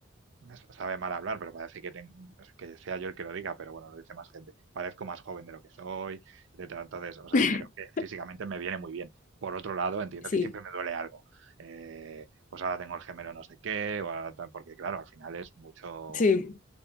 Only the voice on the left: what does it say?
<laughs>
sí,
sí,